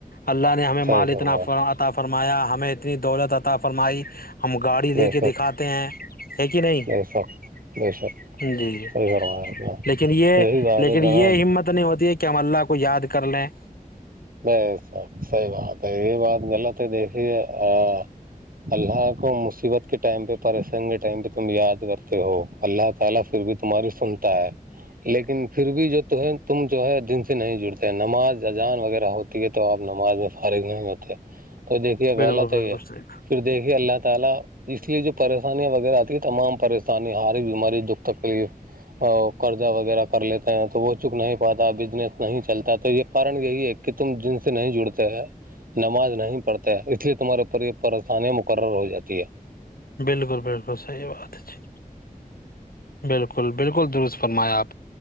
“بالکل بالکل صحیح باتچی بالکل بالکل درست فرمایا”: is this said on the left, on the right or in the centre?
Left